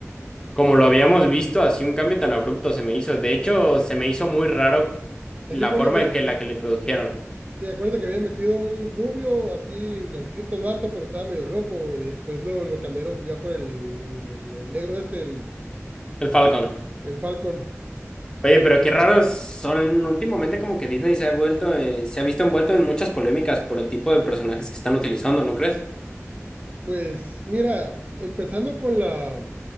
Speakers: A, on the left; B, on the right.
A: como lo habíamos visto, así un cambio tan abrupto se me hizo. De
B: o
A: hecho,
B: sea, es que,
A: se me hizo muy raro
B: es
A: la
B: que acuérdate
A: forma
B: que
A: en que la que lo introdujeron,
B: Sí, acuérdate que habían metido un rubio, así blanquito el vato, pero estaba medio loco y después lo, lo cambiaron ya por el, el- el negro este, el,
A: el Falcon.
B: el Falcon.
A: Oye,
B: Sí, t-
A: pero qué raro son últimamente como que Disney se ha vuelto, eh, se ha visto envuelto en muchas polémicas por el tipo de personajes que están utilizando, ¿no crees?
B: Pues mira, empezando con la,